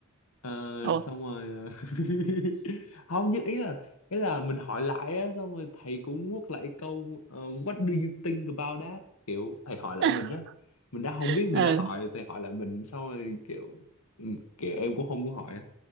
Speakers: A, on the left; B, on the right.
A: Ờ,
B: Ủa.
A: xong rồi <laughs> không nhưng ý là ý là mình hỏi lại á xong rồi thầy cũng quất lại câu ờ, what do you think about that kiểu thầy hỏi lại
B: <laughs>
A: mình á mình đã không biết mình
B: Ừ.
A: đã hỏi thầy hỏi lại mình xong rồi kiểu ừm, kiểu em cũng không muốn hỏi á